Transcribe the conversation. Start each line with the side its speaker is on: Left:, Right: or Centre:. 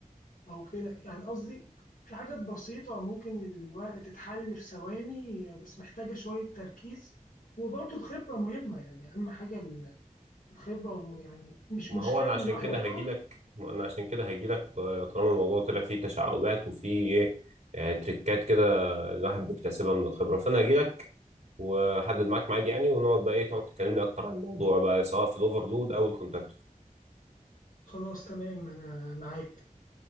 Left: او كده يعني قصدي في حاجات بسيطه ممكن الوقت تتحل في ثواني بس محتاجه شويه تركيز وبرضه الخبره مهمه يعني اهم حاجه ال- الخبره يعني مش
Right: ما
Left: مشكله
Right: هو انا
Left: ان
Right: عشان
Left: الواحد
Right: كده
Left: يغلط
Right: هجي لك ما انا عشان كده هجي لك طالما الموضوع طلع فيه تشعبات وفيه ايه يعني تريكات كده الواحد بيكتسبها من الخبره فانا هجي لك واحدد معاك ميعاد يعني ونقعد بقى ايه تقعد تكلمني اكتر عن الموضوع بقى سواء في الاوفرلود او الكونتاكتور
Left: خلاص تمام انا معاك